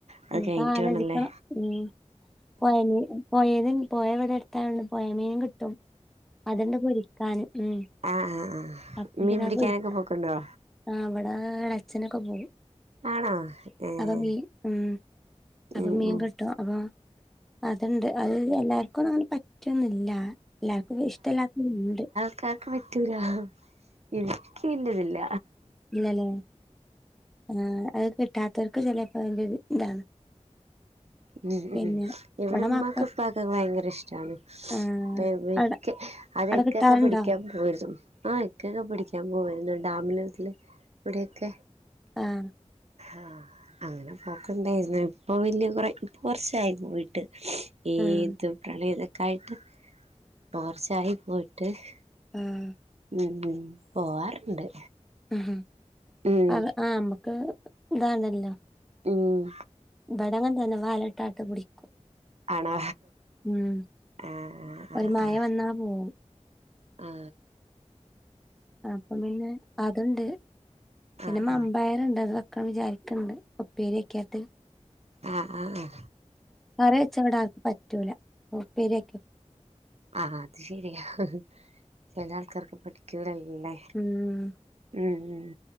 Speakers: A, on the right; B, in the centre.
A: അത്
B: ഞ്പ്പോ
A: കഴിഞ്ഞിട്ട്
B: ആലോജിക്കണം
A: വേണല്ലേ
B: ഉം പോയ മീൻ പോയെത് പോയ ഇവടെ അടുത്തായൊണ്ട് പോയ മീനും കിട്ടും അത്ണ്ട് പൊരിക്കാന് ഉം
A: ആ, ആ, ആ.
B: അപ്പം
A: മീൻ
B: പിന്നെ
A: പിടിക്കാനൊക്കെ
B: അത് പൊരി
A: പൊക്കു ണ്ടോ?
B: ആ, അവിടെ അച്ഛനൊക്കെ പോകും.
A: ആണോ ഏഹ്
B: അപ്പൊീ ഉ <unintelligible> അപ്പോ
A: ഉം
B: മീൻ
A: ഉം
B: കിട്ടി അപ്പോ അത്ണ്ട്, അത് എല്ലാർക്കുംന്നും അങ്ങനെ പറ്റുന്നുഇ ല്ല. എല്ലാർക്കും ഇഷ്ടല്ലാത്തതുണ്ട്.
A: ഇക്കാക്ക് പറ്റൂല. എനിക്ക് പിന്നേ ഇതില്ല.
B: ഇന്നലെ ആ, അത് കിട്ടാത്തവർക്ക് ചിലപ്പോ അതിന്റെ ഒരു ഇതാണ്.
A: ഉം,
B: പിന്നെ
A: ഉം, ഇവിടെ ഉമ്മക്കും
B: മക്ക
A: ഇപ്പക്കും അത് ഭയങ്കര ഇഷ്ടാണ്.
B: ആഹ്
A: ക്ക്െ
B: അട
A: <unintelligible> അത്
B: അട
A: ഇക്ക
B: കിട്ടാറുണ്ടോ
A: ഒക്കെ പിടിക്കാൻ പോയിരുന്നു. ആ, ഇക്ക ഒക്കെ പിടിക്കാൻ പോയിരുന്നു ഡാമിലതില് ഇവിടെയൊക്കെ
B: ആ,
A: ആ, അങ്ങനെ പോക്കണ്ടായിരുന്നു. ഇപ്പോ വലിയ കുറെ ഇപ്പ കുറച്ചായി പോയിട്ട്. ഈ,
B: ആഹ്
A: ഇത് പ്രണയ ഇതൊക്കായിട്ട് മോർച്ചയായി പോയിട്ട് <unintelligible>
B: ആം.
A: ഉം, പോവാറുണ്ട്.
B: ഉം,
A: ഉം
B: ആ, അമ്മക്ക് ഇതാണല്ലോ.
A: ഉം.
B: വെടങ്ങൻ തന്നെ വലട്ടാട്ട് പിടിക്കും <unintelligible>
A: ആണോ,
B: ഉം
A: ആ,
B: ഒരു
A: ആ,
B: മഴ
A: ആ.
B: വന്നാ പോവും
A: ആ.
B: അപ്പോ പിന്നെ അതുണ്ട് പിന്നെ
A: ആഹ്
B: മമ്പയർണ്ട് അത് വെക്കൻ വിചാരിക്ക ണ്ട് ഉപെരികയിട്ടു.
A: അ, അ, അ.
B: കറി വെച്ചവിടർ ക്കും പറ്റൂല. അപ്പോ ഉപ്പേരി വെയ്ക്കും.
A: ആ, അത് ശരിയാ. ചില ആൾക്കാർക്ക് പിടികൂലല്ലേ.
B: ഉം
A: ഉം.